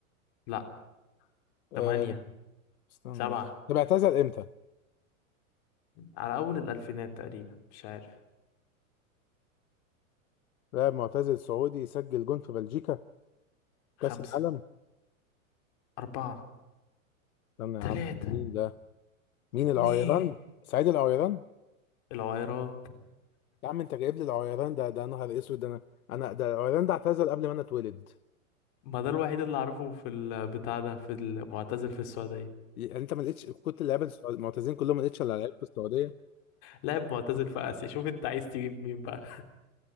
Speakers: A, on the left; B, on the left.
A: لا
B: آه
A: تمانية
B: استنى
A: سبعة
B: طب اعتزل امتى؟
A: على اول الالفينات تقريبا مش عارف
B: لاعب معتزل سعودي يسجل جون في بلجيكا في
A: خمسة
B: كأس العالم
A: اربعة
B: استنى يا
A: تلاتة
B: عم مين ده؟ مين
A: اتنين
B: العويران؟ سعيد العويران؟
A: العويرات
B: يا عم انت جايب لي العويران ده ده نهار اسود ده انا انا ده العويران ده اعتزل قبل ما انا اتولد
A: ما ده الوحيد اللي اعرفه في البتاع ده في المعتزل في السعودية <laughs>
B: يعني انت ما لقيتش كنت اللعيبه السعود- المعتزلين كلهم ما لقيتش الا لعيب في السعوديه
A: لاعب معتزل في اسيا شوف انت عايز تجيب مين بقى